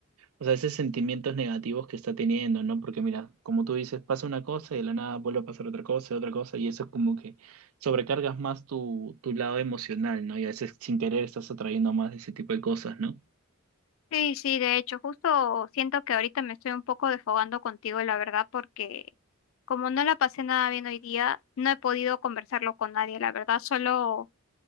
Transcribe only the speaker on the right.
o sea, esos sentimientos negativos que está teniendo, ¿no? Porque mira, como tú dices, pasa una cosa y de la nada vuelve a pasar otra cosa y otra cosa, y eso es como que sobrecargas más tu, tu lado emocional, ¿no? Y a veces sin querer estás atrayendo más ese tipo de cosas, ¿no?